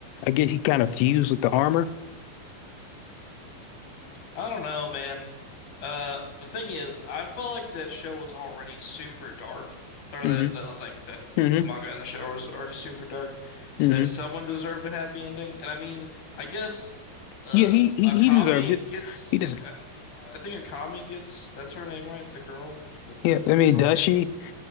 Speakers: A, on the left (about 85°); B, on the left (about 55°).
A: I guess he kind of fused with the armor.
B: I don't know, man. Uh, the thing is, I felt like that show was already super dark, or
A: hmm
B: that the like that
A: hmm
B: the manga and the show was already super dark.
A: hmm
B: That someone deserved a happy ending, and I mean, I guess, uh,
A: Yeah, he he
B: Akami
A: he deserved it.
B: gets.
A: He just
B: I, I think Akami gets. That's her name, right? The girl with the
A: yeah. I mean,
B: sword.
A: does she?